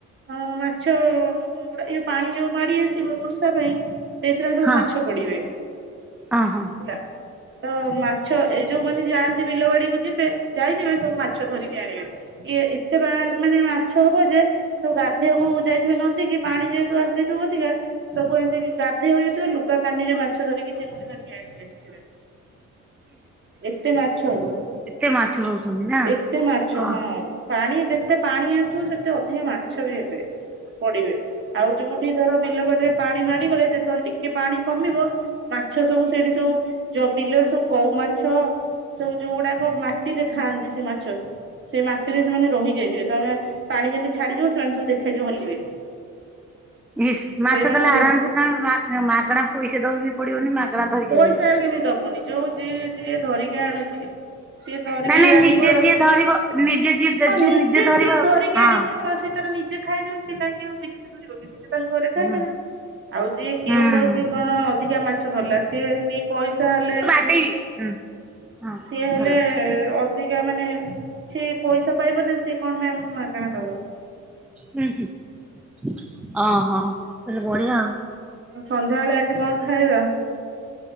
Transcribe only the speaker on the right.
ହଁ ମାଛ ଗୁଡା ଏ ପାଣି ଯୋଉ ମାଡି ଆସିବ ବର୍ଷା ପାଇଁ ସେଇଥିରେ ସବୁ
ମାଛ ପଡିବେ,
ହେଲା ତ ମାଛ ଏଇ ଯୋଉ ମାନେ ଯାଆନ୍ତି ବିଲବାଡିକୁୁ ଯିବେ ଯାଇଥିବେ, ସବୁ ମାଛ ଧରିକି ଆଣିବେ। ଏ ଏତେ ମାନେ ମାଛ ହବ ଯେ, ସବୁ ଗାଧେଇବାକୁ ଯାଇଥିବେ ନଦୀ କିି ପାଣି ଯେହେତୁ ଆସିଯାଇଥିବ ଅଧିକା ସବୁ ଏମିତି ଗାଧେଇବାକୁ ଯାଇଥିବେ, ଲୁଗା କାନିରେ ମାଛ ଧରିକି ଚିଙ୍ଗୁଡି ଧରିକି ଆଣିକି ଆସିଥିବେ। ଏତେ ମାଛ ତ,
ଏତେ ମାଛ
ହଁ ପାଣି ଯେତେ ପାଣି ଆସିବ ସେତେ ଅଧିକା ମାଛ ବି ହେବେ ପଡିବେ। ଆଉ ଯୋଉ ଏଠି ଧର ବିଲ ବାଡିରେ ପାଣି ମାଡିଗଲେ ଯେତେବେଳେ ଟିକେ ପାଣି କମିବ ମାଛ ସବୁ ସେଇଠି ସବୁ ଯୋଉ ବିଲରେ ସବୁ କଉ ମାଛ ସବୁ ଯୋଉ ଗୁଡାକ ମାଟିରେ ଥାଆନ୍ତି ସେ ମାଛ ସେଇ ମାଟିରେ ସେମାନେ ରହିଯାଇଥିବେ ତମେ ପାଣି ଯେମିତି ଛାଡିଯିବ ସେମାନେ ସବୁ ଦେଖାଯିବ ହଲିବେ।
ସେଇମାନଙ୍କୁ
ଧ
ପଇସା
କେମିତି ଦବୁନି? ଯୋଉ ଯି ଯିଏ ଧରିକି ଆଣୁଛି ସିଏ ଧରିକି
ଆଣିବ
ଆଉ
ସି
ହଁ
ନି
ଯିଏ
ଧରିକି
ଆଣିବ ଆଉ ସେ ତାର ନିଜେ ଖାଇଦେବେ ସିଏ କାହିଁକି ଆଉ ବିକ୍ରି କରିବ କି ନିଜେ ତାଙ୍କ ଘରେ
ଖାଇଦେବେ। ଆଉ ଯିଏ କେଉଟ
କି କଣ ଅଧିକା ମାଛ ଧରିଲା, ସିଏ ଦି ପଇସା ହେଲେ
ସିଏ ହେଲେ
ଅ ଧିକା ମାନେ କିଛି ପଇସା ପାଇବ ନା ସେ କଣ ପାଇଁ ଆମକୁ ମାଗଣା ଦବ।
ଆଉ ସନ୍ଧ୍ୟାବେଳେ ଆଜି କଣ ଖାଇବା?